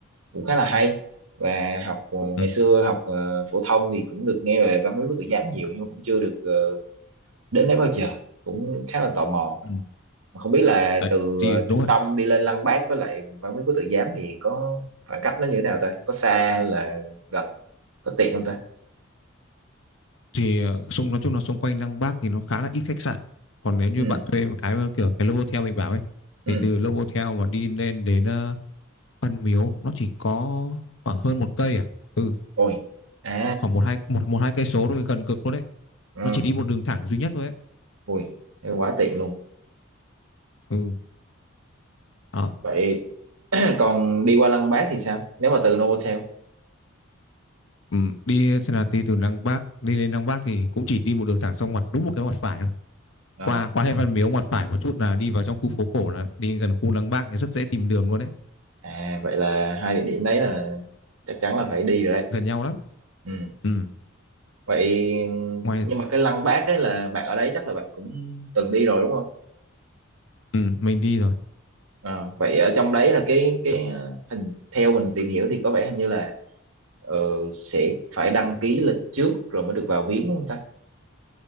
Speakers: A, on the right; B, on the left.
A: cũng khá là hay và học ờ,
B: Ừ.
A: ngày xưa học ờ, phổ thông thì cũng được nghe về văn hóa của tự giám nhiều nhưng mà cũng chưa được ờ, đến đấy bao giờ cũng khá là tò mò
B: Ừ.
A: Mà không biết là
B: đấy
A: từ
B: thì
A: ờ,
B: đúng
A: trung
B: rồi
A: tâm đi lên Lăng Bác với lại văn hóa của tự giám thì có khoảng cách nó như thế nào ta có xa hay là gần có tiện không ta
B: thì ờ, xung nói chung là xung quanh Năng Bác thì nó khá là ít khách sạn còn nếu như
A: ừ
B: bạn thuê một cái kiểu cái Novotel mình bảo ấy
A: ừ
B: thì từ Novotel mà đi lên đến ờ, Văn Miếu nó chỉ có khoảng hơn một cây à ừ
A: ôi à
B: khoảng một hai một một hai cây số thôi gần cực luôn đấy
A: ừ
B: nó chỉ đi một đường thẳng duy nhất thôi ấy
A: ui thế quá tiện luôn
B: ừ đó
A: vậy <clears throat> còn đi qua Lăng Bác thì sao nếu mà từ Novotel
B: ừ, đi xem là đi từ Đăng Bác đi lên Đăng Bác thì cũng chỉ đi một đường thẳng xong ngoặt đúng một cái ngoặt phải thôi
A: Ờ.
B: qua qua hết Văn Miếu ngoặt phải một chút là đi vào trong khu phố cổ là đi gần khu Đăng Bác thì rất dễ tìm đường luôn đấy
A: à vậy là hai địa điểm đấy là chắc chắn là phải đi rồi đấy
B: gần nhau lắm
A: ừ
B: ừ
A: vậy
B: ngoài
A: nhưng mà cái Lăng Bác ấy là bạn ở đấy chắc là bạn cũng từng đi rồi đúng không
B: ừ mình đi rồi
A: Ờ, vậy ở trong đấy là cái cái ờ, hình theo mình tìm hiểu thì có vẻ hình như là ờ, sẽ phải đăng ký lịch trước rồi mới được vào viếng đúng không ta